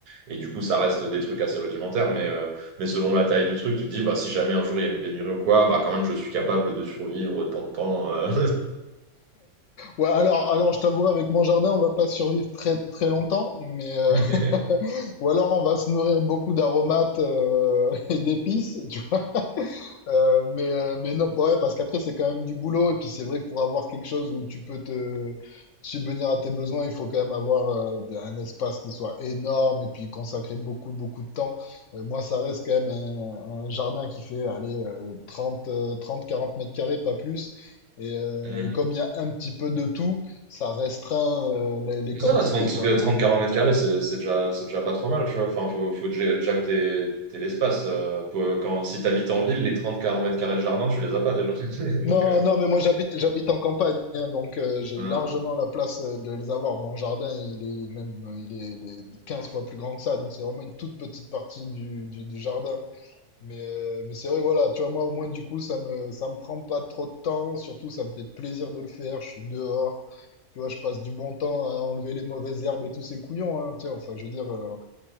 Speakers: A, on the right; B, on the left.
A: Et du coup, ça reste des trucs assez rudimentaires. Mais, euh, mais selon la taille du truc, tu dis, bah si jamais un jour il y a une pénurie ou quoi, bah quand même, je suis capable de survivre tant de temps. euh.
B: Ouais, alors, alors je t'avouerai, avec mon jardin, on va pas survivre très très longtemps, mais euh,
A: <laughs>
B: <laughs> ou alors on va se nourrir beaucoup d'aromates euh, <laughs> et d'épices, tu Euh, mais, euh, mais non, bah ouais, parce qu'après, c'est quand même du boulot. Et puis, c'est vrai que pour avoir quelque chose où tu peux te subvenir à tes besoins, il faut quand même avoir euh, un espace qui soit énorme et puis consacrer beaucoup, beaucoup de temps. Euh, moi, ça reste quand même un, un jardin qui fait, allez, euh, 30 euh, 30, 40 mètres carrés, pas plus. Et, euh,
A: Hmm.
B: et comme il y a un petit peu de tout, ça restreint euh, les, les
A: Mais
B: quantités,
A: Ça va, 30,
B: quoi.
A: 30 mètres carrés, c'est c'est déjà, c'est déjà pas trop mal, tu vois. Enfin, faut, faut déjà déjà que t'aies, t'aies l'espace. euh, pour- quand, si t'habites en ville, les trente quarante mètres carrés de jardin, tu les as pas déjà. <laughs> Donc,
B: Non,
A: euh,
B: non, mais moi j'habite j'habite en campagne, hein, donc euh, j'ai
A: euh,
B: largement la place euh, de les avoir. Mon jardin, il est même euh, il est, il est 15 fois plus grand que ça, donc c'est vraiment une toute petite partie du, du, du jardin. Mais, euh, mais c'est vrai, voilà, tu vois, moi au moins du coup, ça me, ça me prend pas trop de temps, surtout ça me fait plaisir de le faire, je suis dehors. Tu vois, je passe du bon temps à enlever les mauvaises herbes et tous ces couillons, hein, tu sais, enfin, je veux dire, euh,